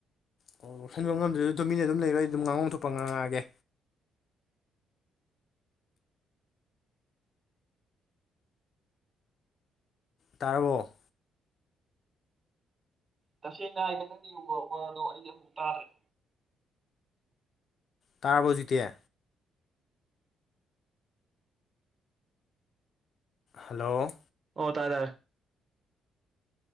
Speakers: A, on the left; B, on the right.
A: ꯑꯣ ꯂ ꯂꯧꯁꯟꯕ ꯉꯝꯗ꯭ꯔꯁꯨ ꯑꯗꯨꯝ ꯃꯤꯅ ꯑꯗꯨꯝ ꯂꯩꯔꯣꯏ ꯑꯩ ꯑꯗꯨꯝ ꯉꯥꯉꯣꯝ ꯊꯣꯛꯄ ꯉꯥꯡꯉꯛꯑꯒꯦ ꯇꯥꯔꯔꯕꯣ
B: ꯇꯁꯦꯡꯅ ꯍꯥꯏꯒꯗꯪꯅꯤ ꯌ ꯋꯥ ꯋꯥꯗꯣ ꯑꯩ ꯑꯃꯨꯛ ꯇꯥꯔꯦ
A: ꯇꯥꯔꯕꯖꯤꯇ ꯍꯜꯂꯣ
B: ꯑꯣ ꯇꯥꯗꯥ